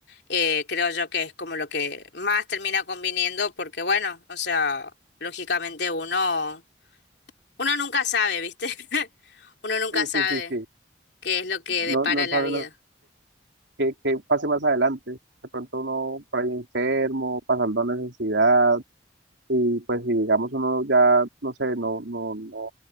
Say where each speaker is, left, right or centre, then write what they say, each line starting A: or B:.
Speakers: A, on the left; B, on the right.
A: eh, creo yo que es como lo que más termina conviniendo porque bueno, o sea, lógicamente uno, uno nunca sabe, ¿viste? <laughs> Uno nunca
B: Sí,
A: sabe
B: sí, sí, sí.
A: qué es lo que
B: No,
A: depara
B: no saben
A: la vida.
B: que, que pase más adelante. De pronto uno por ahí enfermo, pasando necesidad, y pues si digamos uno ya, no sé, no, no, no,